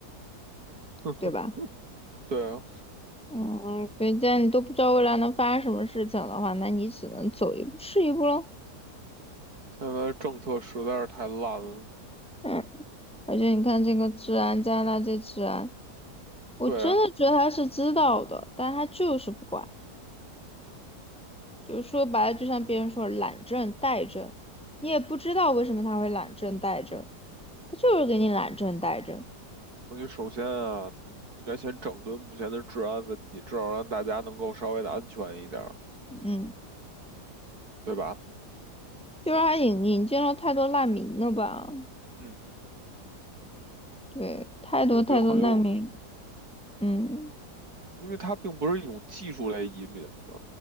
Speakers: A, on the right (about 65°); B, in the centre.
A: <laughs>
B: 对吧？
A: 对啊，
B: 嗯，所以既然你都不知道未来能发生什么事情的话，那你只能走一步是一步喽。
A: 现在的政策实在是太烂了。
B: 嗯，而且你看这个治安，加拿大这治安，我真的觉得他是知道的，
A: 对啊，
B: 但他就是不管。就是说白了，就像别人说懒政怠政，你也不知道为什么他会懒政怠政，他就是给你懒政怠政。
A: 我觉得首先啊，应该先整顿目前的治安问题，至少让大家能够稍微的安全一点儿，
B: 嗯，
A: 对吧？
B: 就是他引引进了太多难民了吧？
A: 嗯，
B: 对，太多太多难民。
A: 我觉得很有，
B: 嗯，
A: 因为它并不是一种技术类移民嘛，